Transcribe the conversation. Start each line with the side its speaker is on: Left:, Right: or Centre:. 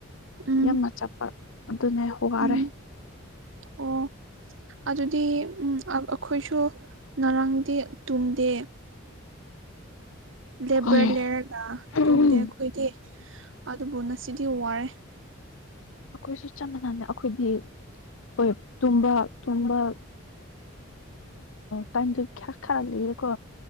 Right: ꯎꯝ
Left: ꯌꯥꯝꯅ ꯆꯠꯄ ꯑꯗꯨꯅꯦ ꯋꯥꯔꯦ
Right: ꯎꯝ ꯑꯣ ꯑꯗꯨꯗꯤ ꯎꯝ ꯑꯩꯈꯣꯏꯁꯨ ꯉꯔꯥꯡꯗꯤ ꯇꯨꯝꯗꯦ ꯂꯦꯕꯔ
Left: ꯍꯣꯏ
Right: ꯂꯩꯔꯒ
Left: ꯑꯩꯈꯣꯏꯁꯨ
Right: ꯇꯨꯝꯗꯦ ꯑꯩꯈꯣꯏꯗꯤ ꯑꯗꯨꯕꯨ ꯉꯁꯤꯗꯤ ꯋꯥꯔꯦ
Left: ꯑꯩꯈꯣꯏꯁꯨ ꯆꯞ ꯃꯥꯟꯅꯅꯩ ꯑꯩꯈꯣꯏꯗꯤ ꯍꯣꯏ ꯇꯨꯝꯕ ꯇꯨꯝꯕ ꯇꯥꯏꯝꯗꯣ ꯈꯔꯥ ꯈꯔꯥ ꯂꯩꯑꯦ ꯀꯣ